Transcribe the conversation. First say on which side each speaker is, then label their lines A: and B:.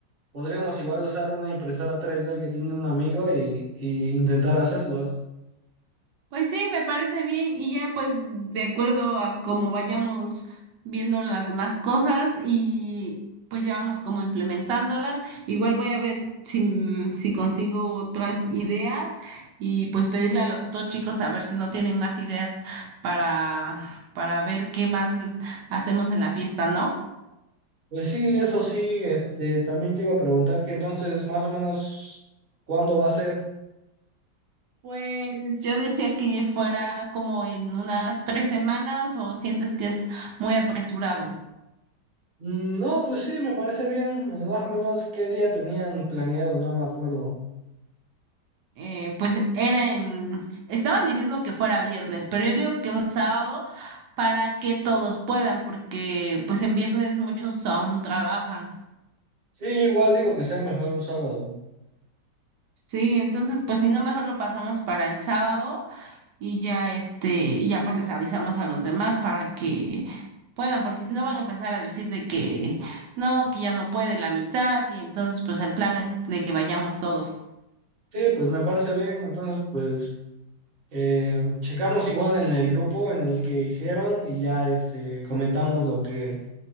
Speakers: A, on the right; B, on the right.
A: podríamos igual usar una impresora tres d que tiene un amigo y, y intentar hacerlos.
B: Pues sí, me parece bien y ya pues de acuerdo a cómo vayamos viendo las demás cosas y pues ya vamos como implementándolas. Igual voy a ver si, m- si consigo otras ideas y pues pedirle a los otros chicos a ver si no tienen más ideas para, para ver qué más l- hacemos en la fiesta, ¿no?
A: Pues sí, eso sí, este, también te iba a preguntar que entonces más o menos cuándo va a ser.
B: Pues yo decía que fuera como en unas tres semanas o sientes que es muy apresurado.
A: Mm, No, pues sí, me parece bien. eh, Más o menos qué día tenían planeado, no me acuerdo.
B: eh, pues era en, estaban diciendo que fuera viernes, pero yo digo que un sábado para que todos puedan, porque pues en viernes muchos aún trabajan.
A: Sí, igual digo que sea mejor un sábado.
B: Sí, entonces pues si no, mejor lo pasamos para el sábado y ya este, y ya pues les avisamos a los demás para que puedan, porque si no van a empezar a decir de que no, que ya no puede la mitad y entonces pues el plan es de que vayamos todos.
A: Sí, pues me parece bien. Entonces, pues Eh, checamos igual en el grupo en el que hicieron y ya este, comentamos lo que,